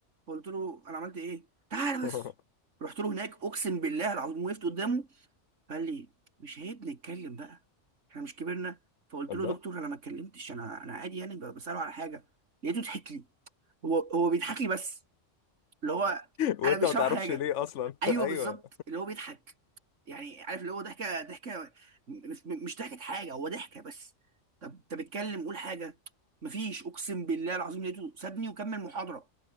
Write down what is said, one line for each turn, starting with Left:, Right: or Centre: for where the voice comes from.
Right: فقلت له انا عملت ايه تعالى
Left: <laughs>
Right: بس رحت له هناك اقسم بالله العظيم وقفت قدامه قال لي مش عيب نتكلم بقى احنا مش كبرنا فقلت
Left: الله
Right: له دكتور
Left: <laughs>
Right: انا ما اتكلمتش انا انا عادي يعني بساله على حاجه لقيته ضحك لي هو هو بيضحك لي بس اللي هو
Left: وانت
Right: انا مش
Left: ما
Right: فاهم
Left: تعرفش
Right: حاجه
Left: ليه اصلا
Right: ايوه
Left: <laughs> ايوه
Right: بالظبط اللي هو بيضحك يعني عارف اللي هو ضحكه ضحكه مش مش ضحكه حاجه هو ضحكه بس طب انت بتتكلم قول حاجه مفيش اقسم بالله العظيم لقيته سابني وكمل محاضره